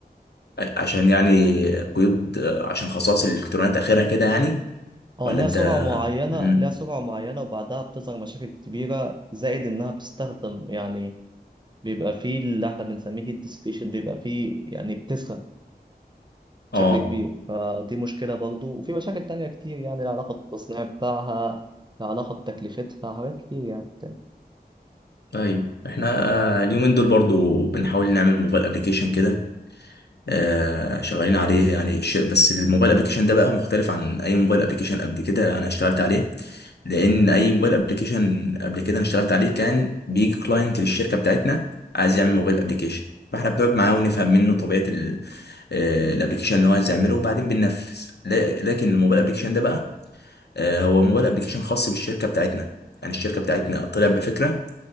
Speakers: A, on the left (about 90°); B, on the right (about 25°).
A: ع- عشان يعني قيود آه، عشان خصائص الالكترونات اخرها كده يعني
B: اه
A: ولا
B: ليها
A: انت
B: سرعة معينة
A: امم
B: ليها سرعة معينة وبعدها بتظهر مشاكل كبيرة زائد إنها بتستخدم يعني بيبقى فيه اللي احنا بنسميه هيت ديسيبيشن بيبقى فيه يعني بتسخن
A: اه
B: بشكل كبير فدي مشكلة برضو وفي مشاكل تانية كتير يعني العلاقة بالتصنيع بتاعها العلاقة بتكلفتها حاجات كتير يعني تاني.
A: ايوه احنا آه، اليومين دول برضو بنحاول نعمل موبايل ابلكيشن كده آه، شغالين عليه يعني ش- بس الموبايل ابلكيشن ده بقى مختلف عن اي موبايل ابلكيشن قبل كده انا اشتغلت عليه لان اي موبايل ابلكيشن قبل كده انا اشتغلت عليه كان بيجي كلاينت للشركه بتاعتنا عايز يعمل موبايل ابلكيشن فاحنا بنقعد معاه ونفهم منه طبيعه الابلكيشن اللي هو عايز يعمله وبعدين بننفذ ل- لكن الموبايل ابلكيشن ده بقى آه، هو موبايل ابلكيشن خاص بالشركه بتاعتنا يعني الشركه بتاعتنا طلع بفكره